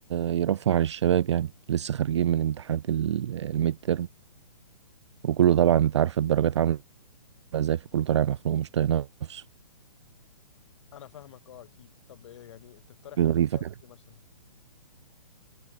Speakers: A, on the right; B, on the left.
A: يرفه عن الشباب يعني لسه خارجين من امتحانات ال- الميد ترم وكله طبعا انت عارف الدرجات عامله ازاي فكله طالع مخنوق ومش طايق نفسه
B: انا فاهمك اه اكيد طب ايه يعني تقترح
A: ظريفه
B: ممكن نعمل
A: كده
B: ايه مثلا؟